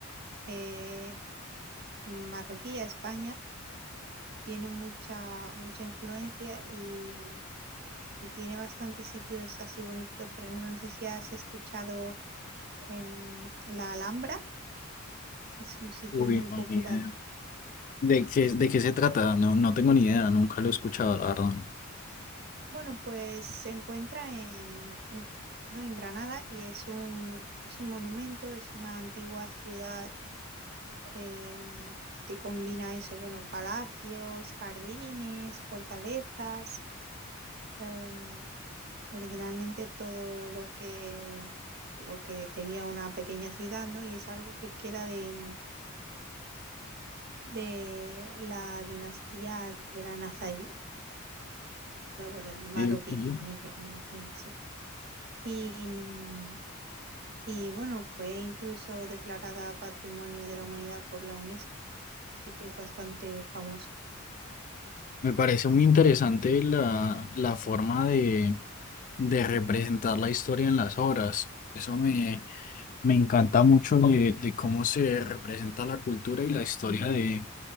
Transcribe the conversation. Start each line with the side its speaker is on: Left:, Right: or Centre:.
Right: eh, marroquí a España, tiene mucha, mucha influencia y, y tiene bastantes sitios así bonitos. Por ejemplo, no sé si has escuchado em, la Alhambra. Es un sitio
Left: Uy,
Right: muy popular
Left: no, ni idea. ¿De qué, de qué se trata? No, no tengo ni idea, nunca lo he escuchado, la verdad.
Right: Bueno, pues se encuentra en, en, en Granada y es un, es un monumento, es una antigua ciudad eh, que combina eso, bueno, palacios, jardines, fortalezas, eh, originalmente todo lo que, lo que tenía una pequeña ciudad, ¿no? Y es algo que queda de, de la dinastía, creo que era nazarí, bueno, el marroquí,
Left: Eh, y
Right: en gen- en gen- sí. Y, mm, Y bueno, fue incluso declarada Patrimonio de la Humanidad por la UNESCO, así que es bastante famoso.
Left: me parece muy interesante la, la forma de, de representar la historia en las obras. Eso me, me encanta mucho de, de cómo se representa la cultura y la historia de,